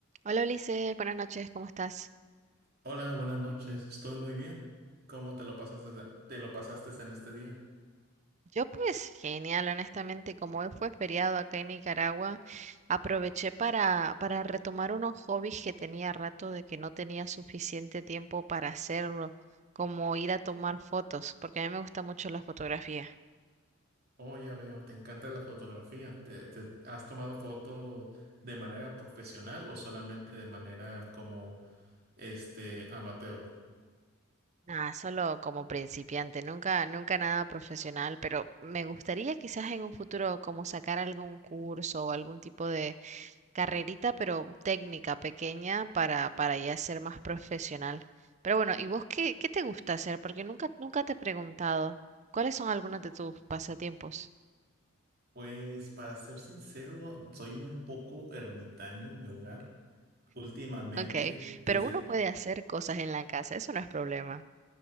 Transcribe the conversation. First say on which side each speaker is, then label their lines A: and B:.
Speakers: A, on the right; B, on the right.
A: Hola Ulises, buenas noches, ¿cómo estás?
B: Hola, buenas noches. Estoy muy bien. ¿Cómo te lo pasaste, te lo pasaste en este día?
A: Yo pues genial, honestamente, como hoy fue feriado acá en Nicaragua, aproveché para, para retomar unos hobbies que tenía rato de que no tenía suficiente tiempo para hacerlo, como ir a tomar fotos, porque a mí me gusta mucho la fotografía.
B: Oh, ya veo, te encanta la fotografía. ¿Te- te- has tomado fotos de manera profesional o solamente de manera como este amateur?
A: Nada, solo como principiante, nunca, nunca nada profesional, pero me gustaría quizás en un futuro como sacar algún curso o algún tipo de Carrerita, pero técnica pequeña para, para ya ser más profesional. Pero bueno, ¿y vos qué, qué te gusta hacer? Porque nunca, nunca te he preguntado cuáles son algunos de tus pasatiempos.
B: Pues para ser sincero, soy un poco ermitaño en mi hogar. Últimamente,
A: Ok,
B: desde...
A: pero uno puede hacer cosas en la casa, eso no es problema.